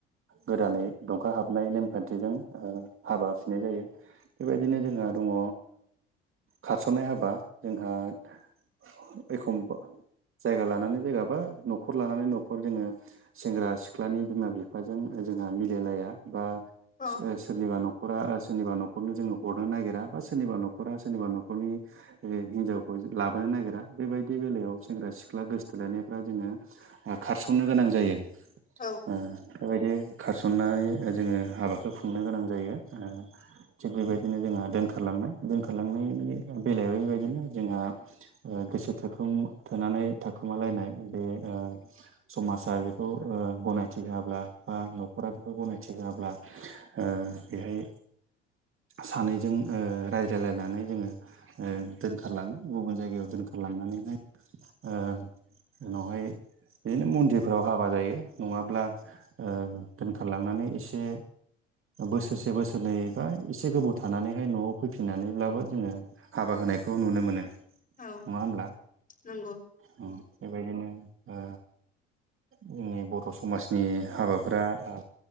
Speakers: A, on the right; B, on the left.
A: गोदानै दंखा हाबनाय नेमखान्थिजों ओ हाबा फिनाय जायो। बेबायदिनो जोंहा दङ खारसननाय हाबा जोंहा ओ एखमबा जायगा लानानै जायगा बा न'खर लानानै न'खर जोङो सेंग्रा सिख्लानि बिमा बिफाजों जोंहा मिलायलाया बा
B: औ
A: ओससो सोरनिबा न'खरा सोरनिबा नखरनो जोङो हरनो नागिरा बा सोरनिबा न'खरा सोरनिबा न'खरनि ओरै हिनजावखौ लाबोनो नागिरा बेबायदि बेलायाव सेंग्रा सिख्ला गोसथोलायनायफ्रा जोङो ओ खारसननो गोनां जायो।
B: औ
A: ओ बेबायदि खारसननानै जोङो हाबाखौ खुंनो गोनां जायो। ओ थिग बेबायदिनो जोंहा दोनखारलांनाय दोनखारलांनायनि बेलायाव बेबायदिनो जोंहा गोसो ओ थोखोम थोनानै थाखुमालायनाय बे ओ समाजा बेखौ ओ गनायथि होआब्ला बा न'खरा बेखौ गनायथि होआब्ला ओ बेहाय सानैजों ओ रायज्लायलायनानै जोङो ओ दोन दोनखारलाङो गुबुन जायगायाव दोनखारलांनानैहाय ओ उनावहाय बिदिनो मन्दिरफोराव हाबा जायो नङाब्ला ओ दोनखारलांनानै एसे बोसोरसे बोसोरनै बा एसे गोबाव थानानैहाय न'आव फैफिननानैब्लाबो जोङो। हाबा होनायखौ नुनो मोनो नङा
B: औ
A: होमब्ला?
B: नंगौ
A: ओम बेबायदिनो ओ जोंनि बर समाजनि हाबाफ्रा ओ